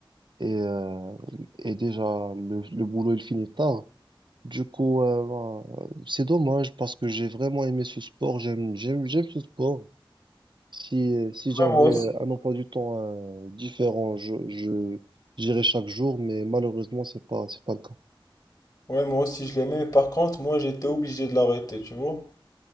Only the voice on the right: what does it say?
et, euh, et déjà le, le boulot, il finit tard. Du coup, euh, euh, c'est dommage parce que j'ai vraiment aimé ce sport. J'aime, j'aime, j'aime ce sport. Si, euh, si j'avais
euh,
un emploi du temps euh, différent, je, je, j'irais chaque jour, mais malheureusement, c'est pas, c'est pas le cas.